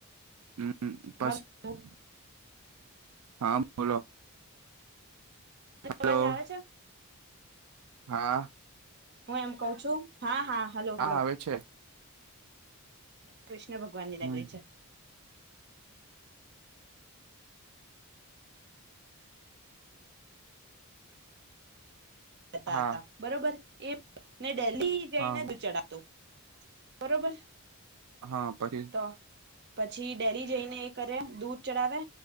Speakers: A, on the right; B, on the right.
A: હમ પછ
B: હલો
A: <unintelligible> હા બોલો હલો
B: અ વાજ આવે છે
A: હા
B: હું એમ કઉ છું હા હા હલો સાભડો
A: આવે છે.
B: કૃષ્ણ ભગવાન ની
A: હમ્મ.
B: નગરી છે હતા
A: હા,
B: તા બરોબર એ ને ડેહી જઈને
A: હા,
B: દૂઘ ચડાતુ બરોબર
A: હા પછી
B: તો પછી ડેરી જઈને એ કરે દૂધ ચડાવે